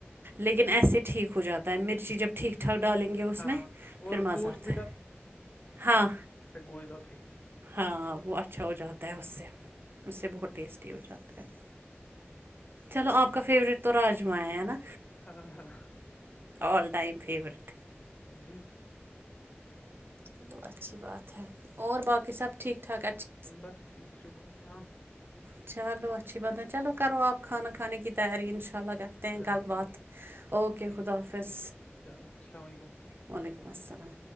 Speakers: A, on the right; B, on the left.
A: لیکن ایسے ٹھیک ہو جاتا تا مرچی جب ٹھیک ٹھاک ڈالیں گے اس
B: ہاں
A: میں
B: اور
A: پھر مزہ
B: گوشت
A: آتا ہاں
B: گلی ڈول کے
A: ہاں وہ اچھا ہو جاتا ہے اس سے اس سے بہت
B: ہ
A: ٹیسٹی ہو جاتا ہے چلو آپ کا فیورٹ تو راجما ہے ہے نا
B: ہاں ہاں
A: آل ٹائم فیورٹ
B: ہوں
A: چلو اچھی بات ہے اور باقی سب ٹھیک ٹھاک اچھا
B: بس ٹھیک شکر ہاں
A: چلو اچھی بات ہے چلو کرو آپ کانا کھانے کی تیاری ان شا ان شاء اللہ کرتے ہیں
B: چلو
A: کل
B: ٹھیک
A: بات اوکے
B: ٹھیک
A: خدا
B: ہے
A: حافظ
B: چلو السلام علیکم
A: وعلیکم السلام